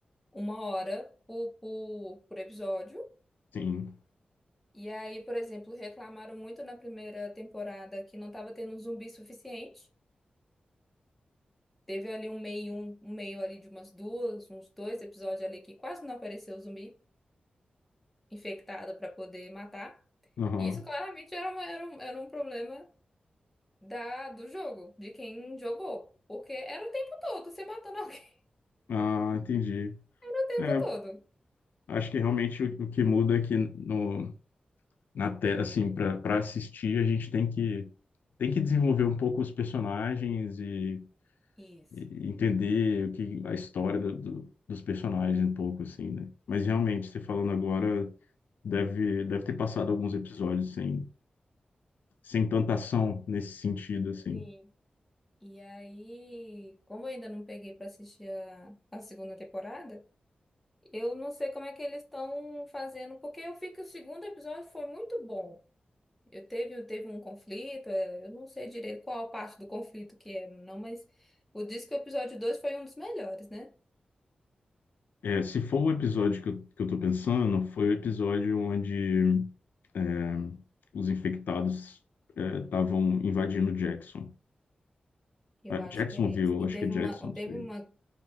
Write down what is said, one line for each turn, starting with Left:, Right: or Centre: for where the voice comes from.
Centre: uma hora por, por, por episódio.
Left: sim.
Centre: E aí, por exemplo, reclamaram muito na primeira temporada que não estava tendo zumbi suficiente. Teve ali um meio, um, um meio ali de umas duas, uns dois episódios ali que quase não apareceu zumbi infectado para poder matar.
Left: Aham.
Centre: E isso claramente era, uma- era um, era um problema da, do jogo, de quem jogou. Porque era o tempo todo, você matando alguém <laughs>
Left: Ah, entendi.
Centre: o tempo
Left: É,
Centre: todo.
Left: acho que realmente o, o que muda é que no, na te, assim, para para assistir, a gente tem que tem que desenvolver um pouco os personagens e,
Centre: Isso.
Left: e entender o que a história do, do- dos personagens um pouco assim, né? Mas
Centre: É,
Left: realmente, você falando agora, deve deve ter passado alguns episódios sem sem tanta ação nesse sentido assim.
Centre: sim. E aí, como eu ainda não peguei pra assistir a, a segunda temporada, eu não sei como é que eles estão fazendo, porque eu vi que o segundo episódio foi muito bom. Eu teve, teve um conflito, é, eu não sei direito qual parte do conflito que é, não, mas o diz que o episódio 2 foi um dos melhores, né?
Left: É, se for o episódio que eu, que eu tô pensando, foi o episódio onde é, os infectados é, estavam invadindo Jackson.
Centre: Eu
Left: Ah,
Centre: acho
Left: Jacksonville,
Centre: que é esse.
Left: eu
Centre: E
Left: acho
Centre: teve
Left: que é Jackson,
Centre: uma,
Left: não
Centre: teve
Left: sei.
Centre: uma,